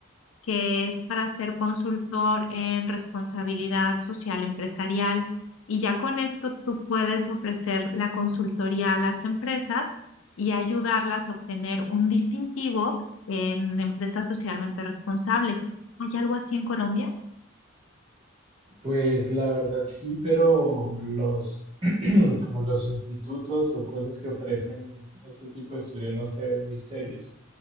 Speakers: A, on the left; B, on the right.
A: que es para ser consultor en responsabilidad social empresarial. Y ya con esto tú puedes ofrecer la consultoría a las empresas y ayudarlas a obtener un distintivo en empresa socialmente responsable. ¿Hay algo así en Colombia?
B: Pues la verdad sí, pero los <clears throat> como los institutos o cosas que ofrecen este tipo de estudios no se ven muy serios.